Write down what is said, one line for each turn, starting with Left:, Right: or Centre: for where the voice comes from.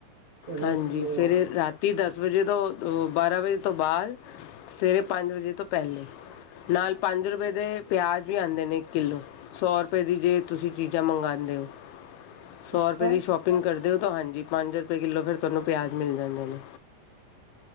Right: ਚਲੋ
Left: ਹਾਂਜੀ
Right: ਅਸੀਂ ਮੰਗਵਾਵਾਂਗੇ
Left: ਸਵੇਰੇ ਰਾਤੀ ਦਸ ਵਜੇ ਤੋਂ ਬਾਰਾਂ ਵਜੇ ਤੋਂ ਬਾਅਦ ਸਵੇਰੇ ਪੰਜ ਵਜੇ ਤੋਂ ਪਹਿਲੇ ਨਾਲ ਪੰਜ ਰੁਪਏ ਦੇ ਪਿਆਜ਼ ਵੀ ਆਦੇ ਨੇ ਇੱਕ ਕਿੱਲੋ ਸੌ ਰੁਪਏ ਦੀ ਜੇ ਤੁਸੀਂ ਚੀਜ਼ਾਂ ਮੰਗਾਦੇ ਹੋ। ਸੌ
Right: ਅੱਛਾ
Left: ਰੁਪਏ ਦੀ ਸ਼ੋਪਿੰਗ ਕਰਦੇ ਹੋ ਤਾਂ ਹਾਂਜੀ ਪੰਜ ਰੁਪਏ ਕਿੱਲੋ ਫਿਰ ਤੁਹਾਨੂੰ ਪਿਆਜ ਮਿਲ ਜਾਂਦੇ ਨੇ।